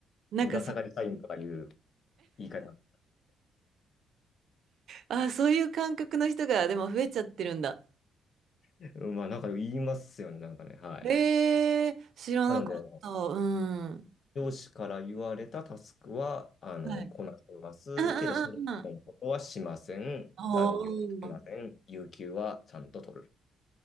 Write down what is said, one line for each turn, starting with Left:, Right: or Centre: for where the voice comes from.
Right: なんかそ、
Left: ぶら下がり社員とかいう言い方。
Right: あ、そういう感覚の人が、でも増えちゃってるんだ。
Left: うんまあ、なんか言いますよね、なんかね。はい。
Right: へえ、知らなかった。
Left: なので、
Right: うん。
Left: 上司から言われたタスクは、あの、
Right: はい。
Left: こなします。
Right: うんうんうんうん。
Left: けど、それ以外のことはしません。
Right: おー。
Left: 残業はしません。有給はちゃんと取るっ